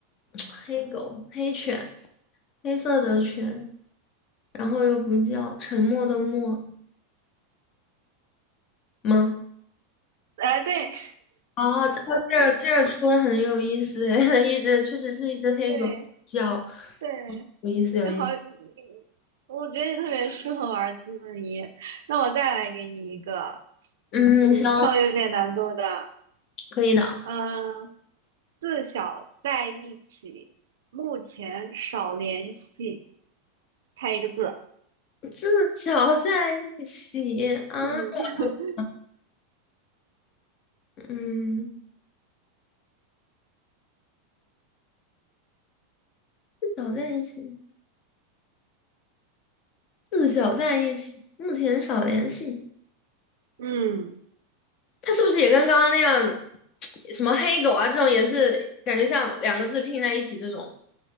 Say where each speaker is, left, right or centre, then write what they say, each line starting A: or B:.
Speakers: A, on the left (about 45°); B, on the right (about 70°).
A: 黑狗，黑犬。黑色的犬，然后又不叫，沉默的默吗？
B: 哎、对
A: 哦，哦，这这出的很有意思诶，<laughs> 一只确实是一只黑狗叫，
B: 对对，
A: 有意思有意思。
B: 那好，你我觉得你特别适合玩字谜。那我再来给你一个，
A: 嗯，
B: 嗯，
A: 行，
B: 稍微有点难度的。
A: 可以的。
B: 嗯，自小在一起，目前少联系。猜一个字。<laughs>
A: 自小在一起啊，
B: 嗯
A: 这我头嗯，自小在一起，自小在一起，目前少联系。
B: 嗯
A: 他是不是也跟刚刚那样，<tsk> 什么黑狗啊这种也是感觉像两个字拼在一起这种？